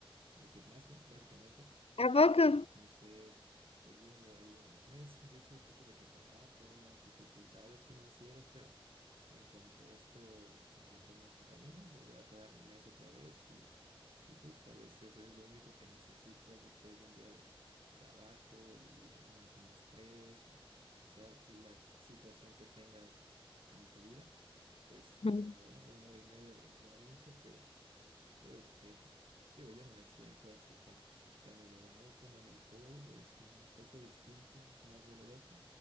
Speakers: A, on the right; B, on the left.
A: al gimnasio, básicamente.
B: ¿A poco?
A: Entonces, pues llevo ahí unos meses. De hecho, ahorita tuve que parar por unas dificultades financieras, pero en cuanto esto retome su camino, yo voy a pagar mi mes otra vez y, y justo a veces es lo único que necesitas después de un día de trabajo y de un montón de estrés, y sea la situación que tengas en tu vida, pues una
B: ujú.
A: hora, una hora y media de entrenamiento te despeja. Digo, yo no me siento así tan, tan elevado como en el pole. es un poco distinto, es más doloroso,